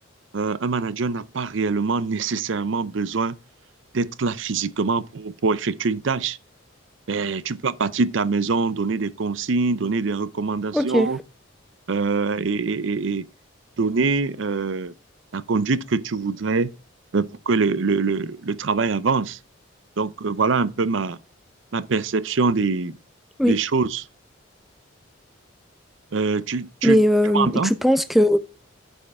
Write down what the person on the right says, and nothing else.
euh, un manager n'a pas réellement nécessairement besoin d'être là physiquement pour, pour effectuer une tâche. Et tu peux à partir de ta maison donner des consignes, donner des recommandations
euh, et, et- et donner euh, la conduite que tu voudrais euh, pour que le, le- le- le travail avance. Donc euh, voilà un peu ma, ma perception des,
des choses. Euh, tu tu-
tu m'entends?